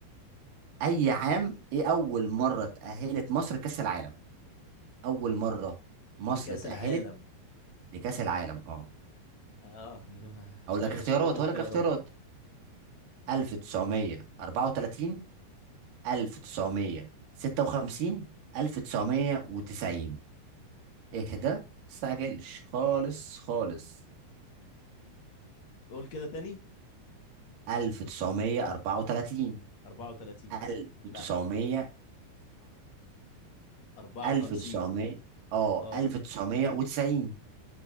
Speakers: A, on the right; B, on the left.
A: اي عام ايه اول مره تاهلت مصر كاس العالم اول مره مصر
B: لكاس
A: تاهلت
B: العالم
A: لكاس العالم اه
B: اه <laughs> م-
A: اقول
B: ماشي
A: لك اختيارات
B: قول اختيارات
A: اقول لك اختيارات 1934 1956 1990 اهدى متستعجلش خالص خالص
B: قول كده تاني
A: 1934
B: 34
A: 1954
B: لا 54
A: 1900 اه
B: اه
A: 1990